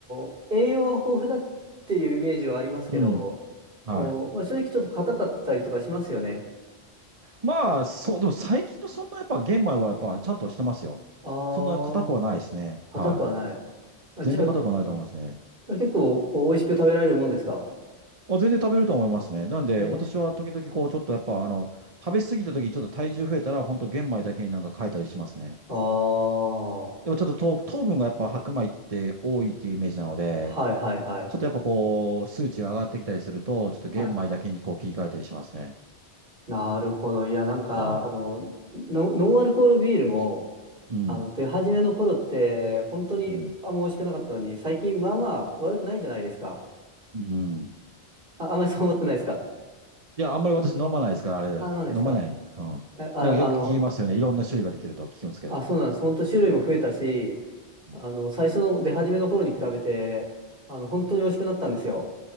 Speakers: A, on the right (about 55°); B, on the right (about 35°).
A: ー栄養は豊富だっていうイメージはありますけど、
B: うん。はい。
A: お、まあ、正直ちょっと硬かったりとかしますよね。
B: まあ、そう、でも最近のそんなやっぱ玄米はやっぱちゃんとしてますよ。
A: ああ、
B: そんな硬くはないですね。はい。
A: 硬くはない。あ、
B: 全然硬くはないと思いますね。
A: じゃあ、じゃあ結構こう美味しく食べられるもんですか
B: あ、全然食べると思いますね。なんで、
A: ええ。
B: 私は時々こう、ちょっとやっぱ、あの、食べ過ぎた時にちょっと体重増えたら、本当玄米だけになんか変えたりしますね。
A: ああ、は
B: でもちょっと糖糖分がやっぱ白米って多いっていうイメージなので、
A: いはいはい。
B: ちょっとやっぱこう、数値が上がってきたりすると、ちょっと玄米だけにこう切り替えたりしますね。
A: はい。なるほど。いや、なんか、
B: は
A: あの、ノノンアルコールビールも、
B: い。うん。
A: あの、出始めの頃って、本当にあんま美味しくなかったのに、
B: うん。
A: 最近まあまあ悪くないじゃないですか。
B: うん。
A: あ、あんまりそう思ってないですか。
B: いや、あんまり私飲まないですから、あれです。
A: あ、なんですか。
B: 飲まないんで。うん。
A: あ、ああの、
B: なんかよく聞きますよね。いろんな種類が出てるとは聞くんですけど。
A: あ、そうなんです。本当種類も増えたし、
B: うんうん
A: あの、最初の出始めの頃に比べて、あの、本当に美味しくなったんですよ。